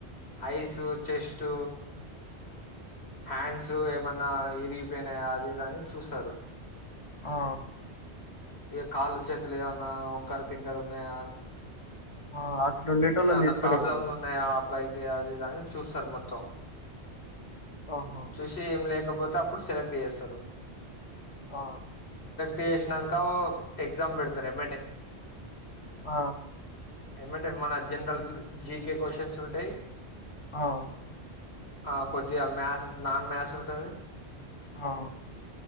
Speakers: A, on the left (about 70°); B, on the left (about 30°).
A: ఐసూ చెస్టు హ్యాండ్సు ఏమన్నా ఎరిగిపోయినాయా అదిదని చూస్తారు
B: ఆ
A: ఇగ కాళ్ళు చేతులు ఏమన్నా వంకరు తింకరు ఉన్నాయా
B: ఆ అట్లా ఉండేటోళ్ళని
A: ఏవన్న
B: తీసుకోరేమో
A: ప్రాబ్లమ్లు
B: మరి
A: ఉన్నాయా ఆ అబ్బాయి కి అది ఇదని చూస్తరు మొత్తం
B: ఆహా
A: చూసి ఏం లే లేకపోతే అప్పుడు సెలెక్ట్ జేస్తారు
B: ఆ
A: టేసినాంక ఎగ్జామ్ బెడతారు ఏమంటే
B: ఆ
A: ఏమంటే మన జన్రల్ జీకె క్వశ్చన్స్ ఉంటాయ్
B: ఆవు
A: ఆ కొద్దిగా మ్యాసు నాన్ మ్యాసు ఉంటది
B: ఆ